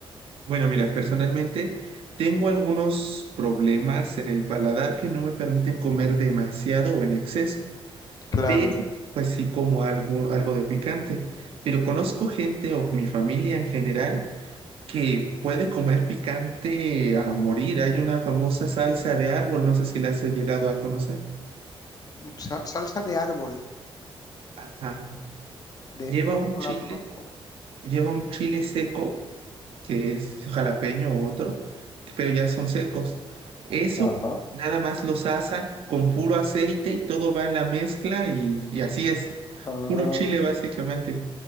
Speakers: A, on the right; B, on the left.
A: Bueno, mira, personalmente tengo algunos problemas en el paladar que no me permiten comer demasiado o en exceso,
B: Claro.
A: pero pues sí como algo, algo de picante. Pero conozco gente o mi familia en general que puede comer picante a morir. Hay una famosa salsa de árbol, no sé si la has llegado a conocer.
B: Sal- salsa de árbol,
A: Ajá.
B: de...
A: Lleva
B: No,
A: un
B: no
A: chile.
B: la conozco.
A: Lleva un chile seco, que es jalapeño u otro, pero ya son secos. Eso
B: Ajá.
A: nada más los asan con puro aceite y todo va en la mezcla y, y así es.
B: Ah,
A: Puro chile básicamente.